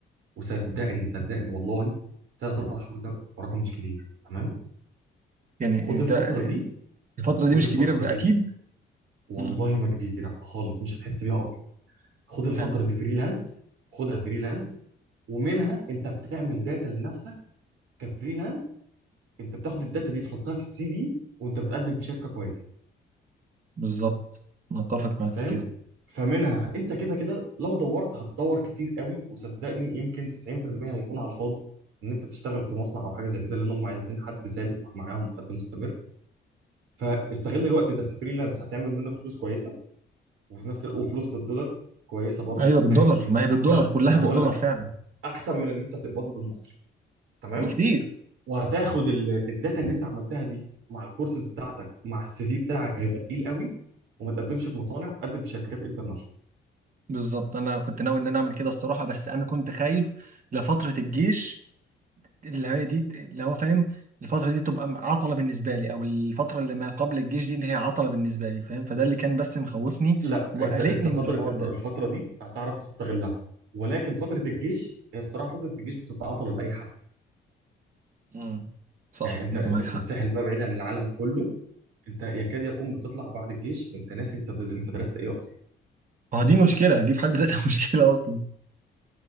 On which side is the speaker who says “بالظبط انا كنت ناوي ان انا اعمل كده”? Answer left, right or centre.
Right